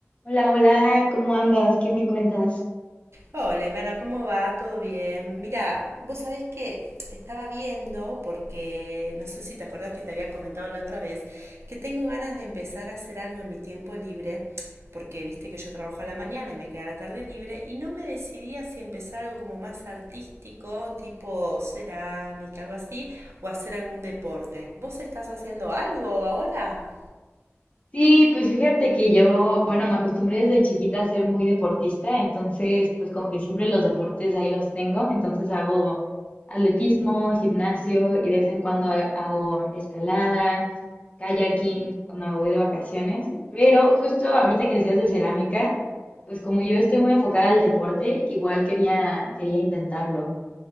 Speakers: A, on the left; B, on the right.
A: Hola, hola, ¿cómo andas? ¿Qué me cuentas?
B: Hola Ivana, ¿cómo va? ¿Todo bien? Mira, vos sabés que estaba viendo, porque no sé si te acordás que te había comentado la otra vez, que tengo ganas de empezar a hacer algo en mi tiempo libre, porque viste que yo trabajo a la mañana y me queda la tarde libre, y no me decidía si empezar algo como más artístico, tipo cerámica, algo así, o hacer algún deporte. ¿Vos estás haciendo algo ahora?
A: Sí, pues fíjate que yo, bueno, me acostumbré desde chiquita a ser muy deportista, entonces pues como que siempre los deportes ahí los tengo, entonces hago atletismo, gimnasio y de vez en cuando ha- hago escalada, kayaking cuando me voy de vacaciones, pero justo ahorita que decías de cerámica, pues como yo estoy muy enfocada al deporte, igual quería, quería intentarlo.